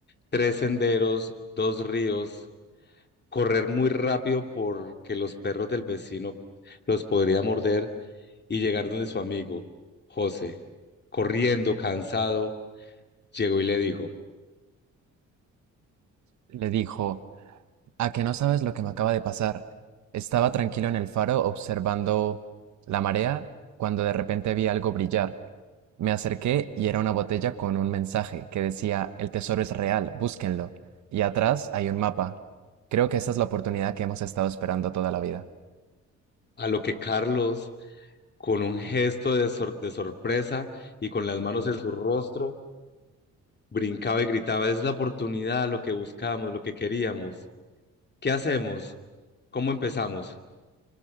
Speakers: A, on the left; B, on the right.
A: tres senderos, dos ríos, correr muy rápido porque los perros del vecino los podría morder y llegar donde su amigo, José, corriendo, cansado, llegó y le dijo,
B: Le dijo, ¿A que no sabes lo que me acaba de pasar? Estaba tranquilo en el faro observando la marea cuando de repente vi algo brillar. Me acerqué y era una botella con un mensaje que decía, El tesoro es real, búsquenlo. Y atrás hay un mapa. Creo que esa es la oportunidad que hemos estado esperando toda la vida.
A: a lo que Carlos, con un gesto de, sor- de sorpresa y con las manos en su rostro, brincaba y gritaba, es la oportunidad, lo que buscamos, lo que queríamos. ¿Qué hacemos? ¿Cómo empezamos?